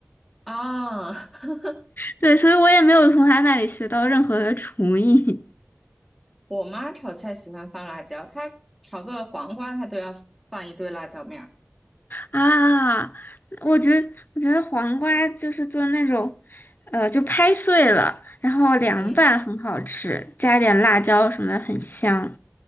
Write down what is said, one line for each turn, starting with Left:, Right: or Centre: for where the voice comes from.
Centre: 啊？<laughs>
Left: 对，所以我也没有从她那里学到任何的厨艺。
Centre: 我妈炒菜喜欢放辣椒，她炒个黄瓜，她都要放一堆辣椒面儿。
Left: 啊，我觉得我觉得黄瓜就是做那种，呃，就拍碎了，然后凉拌很好吃，
Centre: 嗯，
Left: 加点辣椒什么的很香。